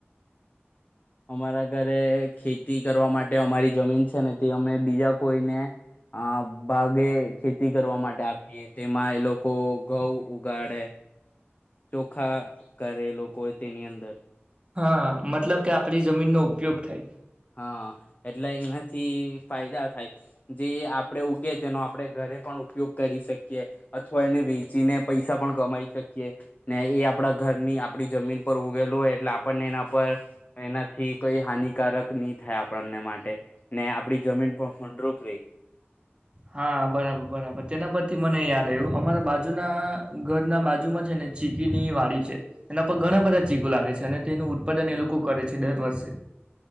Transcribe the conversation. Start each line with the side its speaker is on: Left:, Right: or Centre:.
Left: અમારા ઘરે ખેતી કરવા માટે અમારી જમીન છે ને તે અમે બીજા કોઈને આ ભાગે ખેતી કરવા માટે આપીએ તેમાં એ લોકો ઘઉં ઉગાડે ચોખા કરે એ લોકો તેની અંદર
Right: હા મતલબ કે આપણી જમીનનો ઉપયોગ થાય
Left: હા એટલે એનાથી ફાયદા થાય જે આપડે ઉગે તેનો આપડે ઘરે પણ ઉપયોગ કરી શકે અથવા એને વેચીને પૈસા પણ કમાઈ શકીએ ને એ આપણા ઘરની આપણી જમીન ઉપર ઉગેલું હોય એટલે આપણને એના પર એનાથી કોઈ હાનિકારક ની થાય આપણને માટે ને આપડી જમીન પણ ફળદ્રુપ રહે
Right: હા બરાબર બરાબર તેના પરથી મને યાદ આવ્યું અમારા બાજુના ઘરના બાજુમાં છે ને ચીકીની વાડી છે એના પર ઘણા બધા ચીકુ લાગે છે અને તેનું ઉત્પાદન એ લોકો કરે છે દર વર્ષે